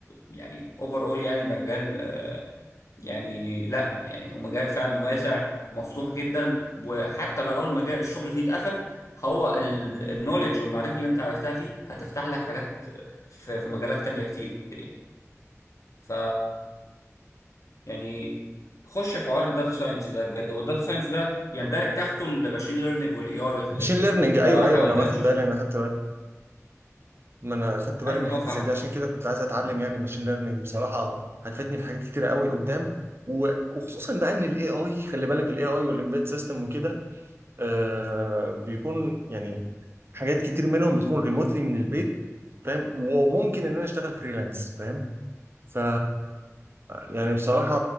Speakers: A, on the left; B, on the right.
A: ويعني اوفر اول يعني مجال آه، يعني لا يعني هو مجال فعلا واسع ومفتوح جدا وحتى لو المجال الشغل فيه اتقفل هو النولج والمعرفة اللي انت عرفتها فيه هتفتح لك حاجات في, في مجالات تانية كتير يعني ف يعني خش في حوار الداتا ساينس ده بجد هو الداتا ساينس ده يندرج تحته الماشين ليرنينج والاي اي والحاجات
B: ماشين
A: دي
B: ليرنينج
A: كلها
B: ايوه
A: فحاول
B: ايوه انا
A: كده
B: واخد
A: تشوف
B: بالي انا اخدت بالي ما انا اخدت بالي
A: ايوه
B: من حته
A: اه فح
B: زي دي عشان كده كنت عايز اتعلم يعني ماشين ليرنينج بصراحه هتفيدني في حاجات كتير قوي قدام و- وخصوصا بقى ان الاي اي خلي بالك الاي اي والامبيد سيستم وكده آه بيكون يعني حاجات كتير منهم بتكون ريموتلي من البيت فاهم وممكن ان انا اشتغل فريلانس فاهم ف يعني بصراحه